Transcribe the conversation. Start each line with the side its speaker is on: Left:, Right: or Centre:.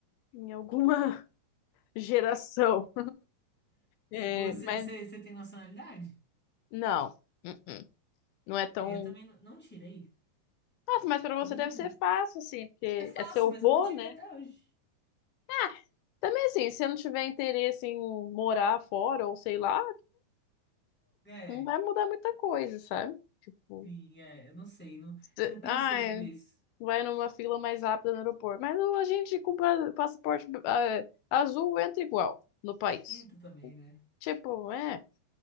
Left: em alguma <laughs> geração. É,
Centre: Você
Left: mas
Centre: você- você tem nacionalidade?
Left: não, Uh-uh. Não é tão.
Centre: Eu também não não tirei.
Left: Nossa, mas pra
Centre: Você
Left: você
Centre: acredita?
Left: deve ser fácil, assim, porque
Centre: É fácil,
Left: é seu
Centre: mas
Left: vô,
Centre: eu não tirei
Left: né?
Centre: até hoje.
Left: Ah, Também assim, se não tiver interesse em morar fora ou sei lá,
Centre: É,
Left: não vai mudar muita coisa, sabe? Tipo,
Centre: sim, é. Eu não sei. Não,
Left: se-
Centre: não pensei
Left: ai,
Centre: sobre isso.
Left: vai numa fila mais rápida no aeroporto. Mas o- a gente com pa- passaporte eh, azul entra igual no país.
Centre: Entra também, né?
Left: Tipo, é,